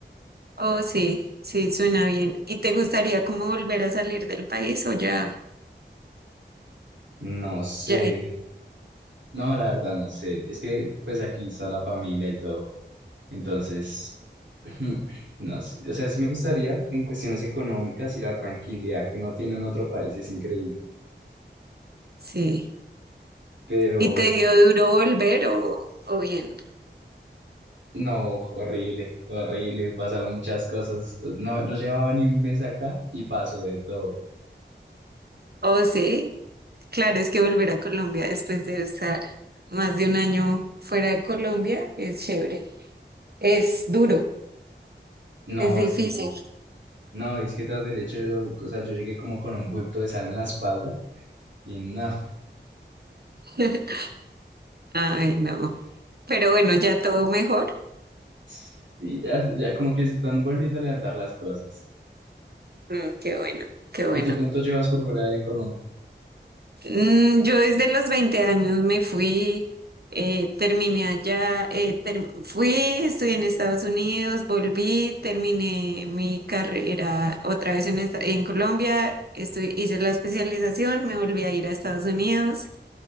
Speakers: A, on the right; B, on the right.
A: oh sí, sí, suena bien. ¿Y te gustaría como volver a salir del país o ya,
B: No sé,
A: ya?
B: no, la verdad no sé, es que pues aquí está la familia y todo, entonces, <laughs> no sé, o sea, sí me gustaría en cuestiones económicas y la tranquilidad que uno tiene en otro país es increíble,
A: Sí.
B: pero
A: ¿Y te dio duro volver o, o bien?
B: no, horrible, horrible, pasaron muchas cosas, no, no llevaba ni un mes acá y pasó de todo.
A: Oh sí, claro, es que volver a Colombia después de estar más de un año fuera de Colombia es chévere. Es duro,
B: No,
A: es difícil.
B: sí. No, es que tras del hecho, yo, o sea, yo llegué como con un bulto de sal en la espalda y no,
A: <laughs> Ay, no. Pero bueno, ya todo mejor.
B: <laughs> y ya, ya como que se están volviendo a levantar las cosas.
A: Mm, qué bueno, qué bueno.
B: ¿Y tú cuánto llevas por fuera de Colombia?
A: Mm, Yo desde los 20 años me fui, eh, terminé allá, eh, ter- fui, estudié en Estados Unidos, volví, terminé mi carrera otra vez en, esta- en Colombia, estu- hice la especialización, me volví a ir a Estados Unidos,